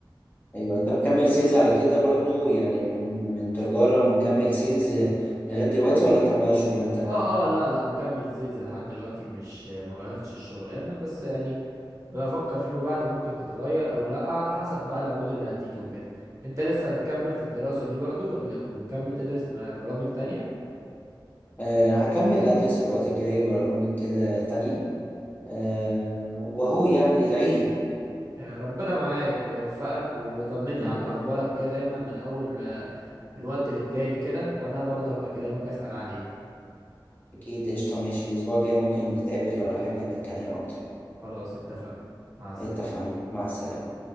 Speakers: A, on the left; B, on the right.
A: ايوه انت مكمل سيلز على كده برضو يعني من من تجارة مكمل سيلز لغاية دلوقتي ولا انت مغير شغلانتك
B: اه اه لا لا مكمل سيلز لحد دلوقتي مش ما غيرتش الشغلانه بس يعني بفكر فيما بعد ممكن تتغير او لا على حسب بقى العروض اللي هتيجي وكده انت لسه بتكمل في الدراسه دي برضو ولا مكمل تدرس م- برامج تانية
A: أه هكمل ادرس الوقت الجاي برامج كده تانية أه وهو يعني ادعيلي
B: يا ربنا معاك ويوفقك وطمني
A: أم،
B: على اخبارك كده دايما من اول من وقت للتاني كده وانا برضه هبقى اكلمك اسال عليك
A: اكيد قشطة ماشي الاسبوع الجاي ممكن نتقابل ولا حاجة نتكلم اكتر
B: خلاص اتفقنا مع السلامه
A: اتفقنا مع السلامة